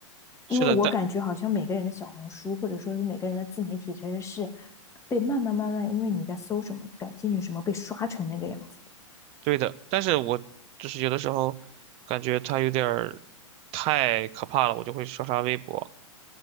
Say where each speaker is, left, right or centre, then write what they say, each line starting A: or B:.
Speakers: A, on the right; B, on the left.
A: 是的，
B: 因为我感觉好像每个人的小红书或者说是每个人的自媒体，
A: 但
B: 其实是被慢慢慢慢，因为你在搜什么感兴趣什么，被刷成那个样子。
A: 对的，但是我就是有的时候感觉他有点儿太可怕了，我就会刷刷微博。